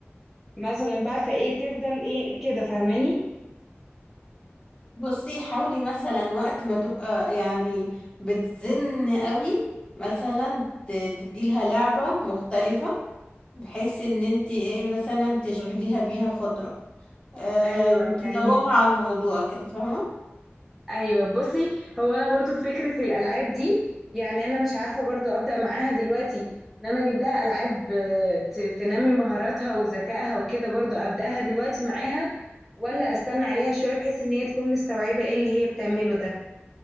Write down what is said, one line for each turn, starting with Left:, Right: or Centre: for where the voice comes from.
Centre: مثلا بقى فايه تفضل ايه كده فاهماني
Left: بصي حاولي مثلا وقت ما تبقى يعني بتزن قوي مثلا ت- تديلها لعبه مختلفه بحيث ان انتي ايه مثلا تشغليها بيها فتره آم،
Centre: ايوه يعني
Left: تزوغها عن الموضوع كده فاهمه
Centre: ايوه بصي هو انا برضو في فكره الالعاب دي يعني انا مش عارفه برضو ابدا معاها دلوقتي ان انا اجيب لها العاب آه، ت- تنمي مهاراتها وذكائها وكده برضو ابداها دلوقتي معاها ولا استنى عليها شويه بحيث ان هي تكون مستوعبه ايه اللي هي بتعمله ده